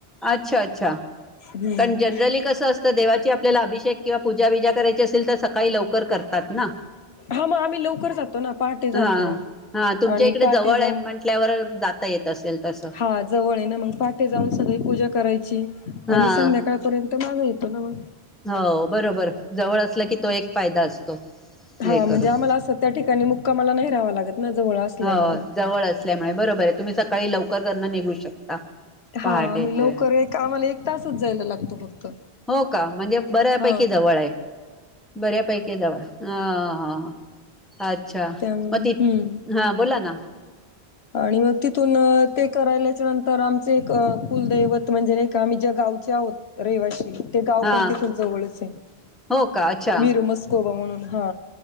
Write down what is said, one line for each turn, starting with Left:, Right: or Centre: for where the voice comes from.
Centre: अच्छा अच्छा
Left: हम्म
Centre: कारण जनरली कसं असतं देवाची आपल्याला अभिषेक किंवा पूजा बिजा करायची असेल तर सकाळी लवकर, करतात ना
Left: हा मग आम्ही लवकर जातो ना पहाटे जातो
Centre: हा हा तुमच्या
Left: आणि
Centre: इकडे
Left: पहाटे
Centre: जवळ
Left: जाऊन
Centre: म्हटल्यावर जात येत असेल तसं
Left: हा जवळ आहे ना मग पहाटे जाऊन सगळी पूजा करायची
Centre: हा
Left: आणि संध्याकाळपर्यंत मागे येतो ना मग.
Centre: हो बरोबर जवळ असलं की तो एक फायदा असतो. हे
Left: हा म्हणजे
Centre: करून
Left: आम्हाला अस त्या ठिकाणी मुक्कामाला नाही राहावा लागत ना जवळ असल्यामुळे.
Centre: हो जवळ असल्यामुळे बरोबर आहे तुम्ही सकाळी लवकर घरन निघू शकता. पहाटेचे
Left: हा आम्ही लवकर एक आम्हाला एक तासच जायला लागतो फक्त
Centre: हो का म्हणजे बऱ्यापैकी
Left: हा
Centre: जवळ आहे. बऱ्यापैकी जवळ ह ह अच्छा
Left: त्यामुळे
Centre: मग ती
Left: हम्म
Centre: हा बोला ना,
Left: आणि मग तिथून ते करायल्याच्या नंतर आमचे एक कुलदैवत म्हणजे आम्ही ज्या गावचे आहोत रहिवाशी ते गाव
Centre: हा
Left: पण तिथ जवळच आहे
Centre: हो का अच्छा
Left: वीर मस्कोबा म्हणून हा